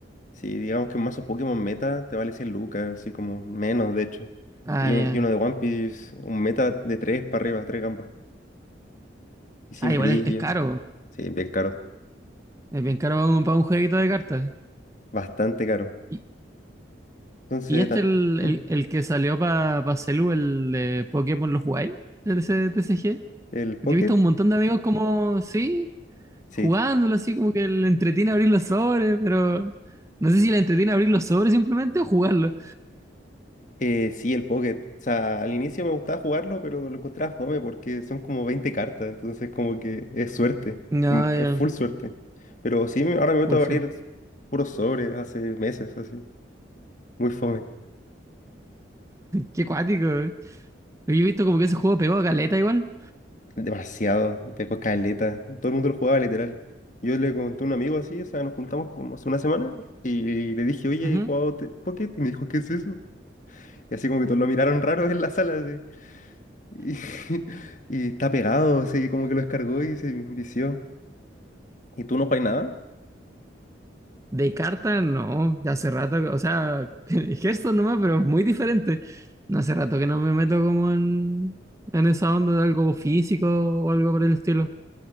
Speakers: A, on the left; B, on the right.
A: Sí, digamos que un mazo Pokémon meta te vale 100 lucas, así como menos, de hecho.
B: Ah,
A: Y, un-
B: ya.
A: y uno de One Piece, un meta de 3 para arriba, 3 gambas. Y sin
B: Ah, igual
A: brillo.
B: es, es caro,
A: Sí, bien caro.
B: es bien caro para un, para un jueguito de cartas.
A: Bastante caro.
B: ¿Y,
A: Entonces,
B: y este
A: ta-
B: el,
A: ¿Mm?
B: el, el que salió para Celu, el de Pokémon los jugáis? ¿El de ese T C G,
A: ¿el Pocket?
B: Porque he visto a un montón de amigos como, sí,
A: Sí.
B: jugándolo así, como que le entretiene abrir los sobres, pero no sé si le entretiene abrir los sobres simplemente o jugarlo.
A: Eh, sí, el Pocket. O sea, al inicio me gustaba jugarlo, pero lo encontraba fome porque son como 20 cartas. Entonces, como que es suerte.
B: No,
A: mm,
B: ya,
A: Es full suerte. Pero sí, me- ahora me meto
B: full
A: a
B: Sol.
A: abrir puros sobres hace meses, así. Muy fome.
B: Qué cuático, eh. Yo he visto como que ese juego pegó a caleta igual.
A: Demasiado, pegó caleta. Todo el mundo lo jugaba literal. Yo le conté a un amigo así, o sea, nos juntamos como hace una semana y le dije, oye,
B: Ujú.
A: he jugado te- Pocket y me dijo, ¿qué es eso? Y así como que todos lo miraron raro en la sala, así. Y, <laughs> y está pegado, así como que lo descargó y se vició. ¿Y tú no juegas nada?
B: De carta, no, ya hace rato, que- o sea, <laughs> Hearthstone nomás, pero muy diferente. No hace rato que no me meto como en, en esa onda de algo físico o algo por el estilo.